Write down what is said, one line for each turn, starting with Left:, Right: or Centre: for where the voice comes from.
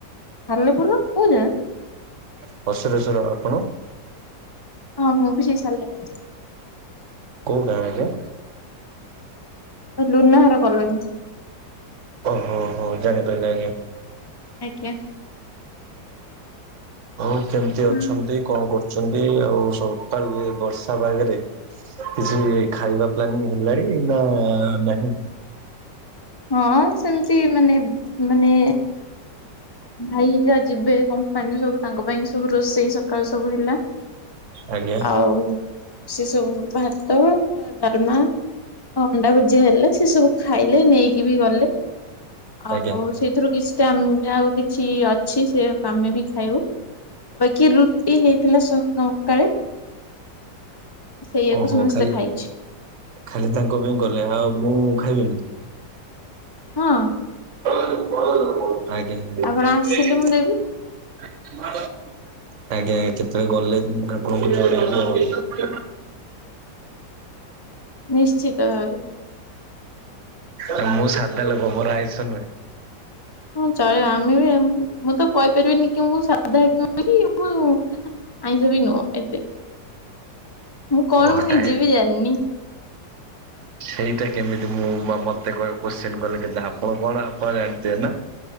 Left: ସାଲେପୁରରୁ କୋଉ ଯା?
Right: <unintelligible> ଆପଣ?
Left: ହଁ ମୁଁ ବି ସେଇ ସାଲେପୁର।
Right: କୋଉ ଗାଁ ରେ
Left: ଲୁନାହାର କଲୋନୀ।
Right: ଓ ହୋ ହୋ ଜାଣି ପାଇଲି ଆଜ୍ଞା।
Left: ଆଜ୍ଞା।
Right: ହଉ କେମିତି
Left: ହୁଁ।
Right: ଅଛନ୍ତି କଣ କରୁଛନ୍ତି ଆଉ ସକାଳୁ ବର୍ଷା ପାଗରେ? କିଛି ଖାଇବା ପ୍ଲାନିଂ ହେଲାଣି ନା ନାହିଁ?
Left: ହଁ ସେମତି ମାନେ ମାନେ ଭାଇ ହେରିକା ଯିବେ କମ୍ପାନୀରୁ ସବୁ ତାଙ୍କ ପାଇଁ ସବୁ ରୋଷେଇ ସକାଳୁ ସବୁ ହେଲା।
Right: ଆଜ୍ଞା
Left: ଆଉ ସେ ସବୁ ଭାତ ଡାଲମା, ଅଣ୍ଡା ଭୁଜିଆ ହେଲେ ସେ ସବୁ ଖାଇଲେ ନେଇକି ବି ଗଲେ। ଆଉ
Right: ଆଜ୍ଞା
Left: ସେଇଥିରୁ କିଛିଟ ଆଉ ଛି ଅଛି ସେ ଆମେ ବି ଖାଇବୁ। ବାକି ରୁଟି ହେଇଥିଲା ସକାଳେ ସେଇଆକୁ
Right: ଓହୋ
Left: ସମସ୍ତେ
Right: ଖାଲି
Left: ଖାଇଛୁ।
Right: ଖାଲି ତାଙ୍କ ପାଇଁ କଲେ। ଆଉ ମୁଁ ଖାଇବିନି?
Left: ହଁ।
Right: ଆଜ୍ଞା। ଆଜ୍ଞା
Left: ଆପଣ ଆସିଲେ
Right: କେତେବେଳେ
Left: ମୁଁ ଦେବି
Right: ଗଲେ ଆପଣଙ୍କୁ ଜଣାଇବୁ ଆଉ।
Left: ନିଶ୍ଚିତ ଭାବରେ।
Right: ଆ ମୁଁ ସାଧା ଲୋକ ମୋର ଆଇଁଷ ନୁହେଁ।
Left: ହଁ ଚଳିବ। ଆମେ ବି ମୁଁ ତ କହିପାରିବିନି କି ମୁଁ ସାଧା କିି ମୁଁ ଆଇଁସ ବିି ନୁହଁ ଏତେ। ମୁଁ କଣ
Right: ଓହୋ
Left: ମୁଁ ନିଜେ
Right: ଟାଇ
Left: ବି ଜାଣିନି।
Right: ସେଇଟା କେମିତି, ମୁଁ ମତେ କୋଶ୍ଚିନ୍ କଲେ କେ ଆପଣ କଣ ଆପଣ ଜାଣିଥିବେ ନା?